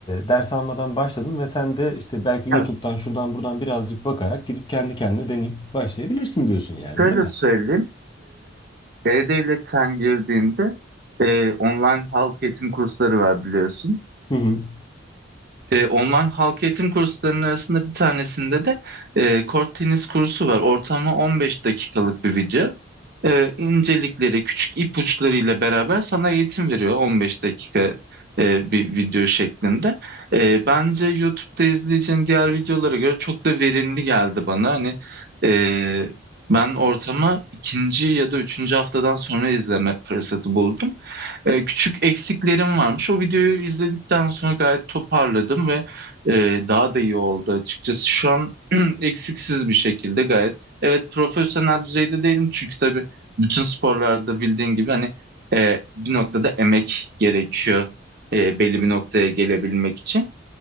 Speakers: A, on the left; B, on the right.
A: ders almadan başladım ve sen de işte belki YouTube'dan
B: Evet,
A: şuradan buradan birazcık bakarak gidip kendi kendine deneyip başlayabilirsin diyorsun yani
B: şöyle
A: öyle mi?
B: söyleyeyim. E, E-Devlet'ten girdiğinde e, online halk eğitim kursları var biliyorsun.
A: Hı hı.
B: E, online halk eğitim kurslarının arasında bir tanesinde de e, kort tenis kursu var. Ortamı 15 dakikalık bir video. E, incelikleri, küçük ipuçlarıyla beraber sana eğitim veriyor 15 dakika e, bir video şeklinde. E, bence YouTube'da izleyeceğin diğer videolara göre çok da verimli geldi bana. Hani e, ben ortama ikinci ya da üçüncü haftadan sonra izleme fırsatı buldum e, küçük eksiklerim varmış. O videoyu izledikten sonra gayet toparladım ve e, daha da iyi oldu açıkçası. Şu an <clears throat> eksiksiz bir şekilde gayet. Evet profesyonel düzeyde değilim çünkü tabii bütün sporlarda bildiğin gibi hani e, bir noktada emek gerekiyor e, belli bir noktaya gelebilmek için.